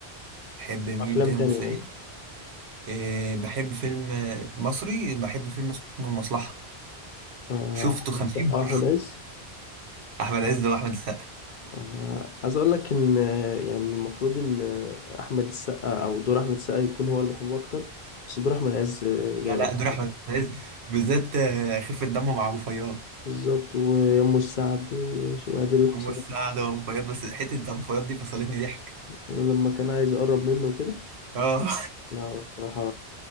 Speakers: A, on the right; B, on the left.
A: بحب مين
B: أفلام
A: تاني
B: تانية
A: ممثلين
B: يعني
A: إيه بحب فيلم آه، مصري بحب فيلم اسمه المصلحه
B: آه،
A: شفته
B: أحمد
A: 50
B: السقا
A: مره
B: وأحمد عز
A: <laughs> احمد عز واحمد السقا
B: أنا عايز أقول لك إن آه، يعني المفروض إن آه، أحمد السقا أو دور أحمد السقا يكون هو المحبوب أكتر بس دور أحمد عز آه، جامد
A: لا لا دور احمد عز بالذات آه، خفه دمه مع ابو فياض
B: بالظبط ويمه السعد وشوادي الحصان
A: ام السعد وابو فياض بس حته ابو فياض دي فصلتني ضحك
B: لما كان عايز يقرب منه وكده
A: اه
B: لا هو بصراحة